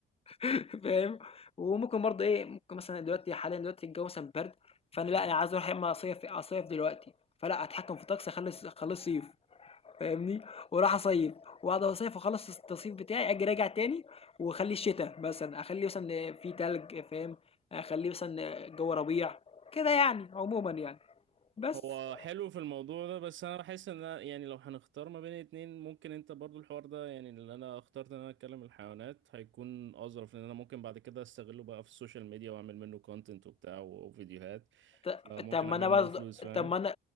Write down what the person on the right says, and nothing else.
هو حلو في الموضوع ده بس انا بحس ان أنا يعني لو هنختار ما بين اتنين ممكن انت برضو الحوار ده يعني اللي انا اخترت ان انا اتكلم الحيوانات هيكون اظرف لان انا ممكن بعد كده استغله بقى في السوشيال ميديا واعمل منه كونتنت وبتاع وفيديوهات
فممكن
اعمل
منه
فلوس فاهم